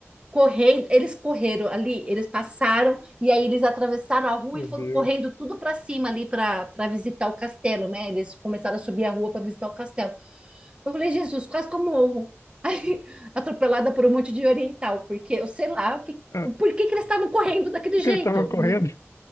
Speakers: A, on the right; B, on the left.
A: correndo. Eles correram ali, eles passaram, e aí eles atravessaram a rua
B: Meu
A: e foram
B: Deus.
A: correndo tudo para cima ali para para visitar o castelo, né? Eles começaram a subir a rua para visitar o castelo. Eu falei, Jesus, quase que eu morro. Aí, <laughs> atropelada por um monte de oriental, porque eu sei lá o que,
B: Ah,
A: por porquê que eles estavam correndo daquele
B: o
A: jeito.
B: que ele estava correndo